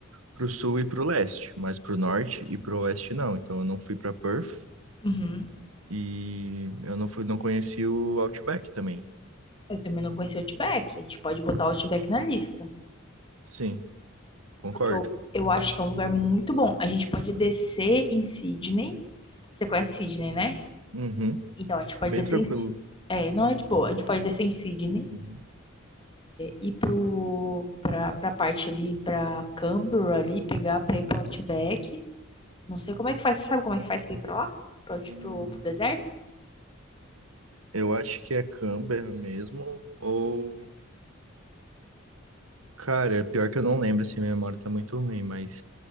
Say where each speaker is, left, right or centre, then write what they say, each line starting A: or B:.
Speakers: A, on the right; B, on the left.
A: pro sul e pro leste, mas pro norte e pro oeste não. Então eu não fui pra Perth
B: Uhum.
A: e eu não fui, não conheci o Outback também.
B: Eu também não conheci o Outback. A gente pode botar o Outback na lista,
A: Sim, concordo.
B: porque eu, eu acho que é um lugar muito bom. A gente pode descer em Sydney. Você conhece Sydney, né?
A: Uhum.
B: Então a gente pode
A: Bem
B: descer
A: tranquilo.
B: em. Sy- É, não é de boa. A gente pode descer em Sydney.
A: Uhum.
B: ir para pra, pra parte ali, para Canberra ali, pegar para ir para Outback. Não sei como é que faz, você sabe como é que faz para ir para lá? para tipo,
A: Hum,
B: pro, pro deserto?
A: eu acho que é Canberra mesmo, ou... Cara, é pior que eu não lembro, assim, minha memória tá muito ruim, mas...